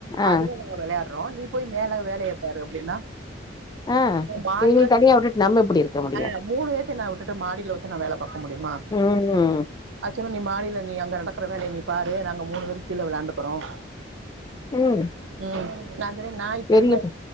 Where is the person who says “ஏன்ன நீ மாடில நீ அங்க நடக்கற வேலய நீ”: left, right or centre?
Right